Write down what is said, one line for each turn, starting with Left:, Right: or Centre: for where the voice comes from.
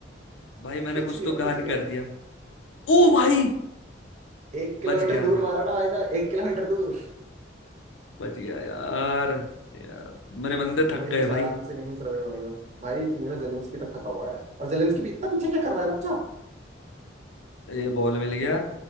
Left: भाई मैंने
Right: कुछ
Left: कुछ
Right: नहीं
Left: तो
Right: हुआ
Left: गहान
Right: कुछ नहीं हुआ
Left: कर दिया ओ भाई
Right: एक किलोमीटर
Left: बच गया
Right: दूर मारो ना भाई साहब एक किलोमीटर दूर
Left: बच गया यार यार मेरे बंदे
Right: कोई
Left: थक गए
Right: चांस
Left: भाई
Right: ही नहीं सर्वाइव होने का भाई मेरा जेलेंस्की तक थका हुआ है और जेलेंस्की भी इतना पीछे क्या कर रहा है रुक जा
Left: ये बॉल मिल गया